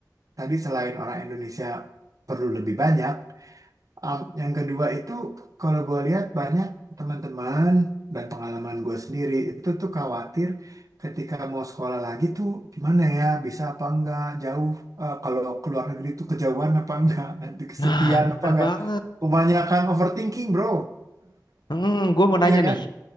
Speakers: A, on the right; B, on the left.
A: tadi selain orang Indonesia perlu lebih banyak, Um, yang kedua itu kalau gue lihat banyak teman-teman dan pengalaman gue sendiri itu tuh khawatir ketika mau sekolah lagi tuh gimana ya bisa apa enggak jauh eh, kalau ke luar negeri tuh kejauhan apa enggak nanti kesepian
B: Nah, bener
A: apa enggak
B: banget.
A: kebanyakan overthinking bro
B: Hmm, gue mau nanya
A: iya kan
B: nih.